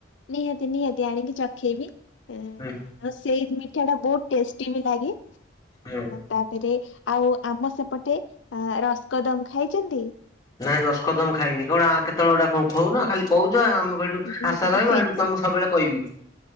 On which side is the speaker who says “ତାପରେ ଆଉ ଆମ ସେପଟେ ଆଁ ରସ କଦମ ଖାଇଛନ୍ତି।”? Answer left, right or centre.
Left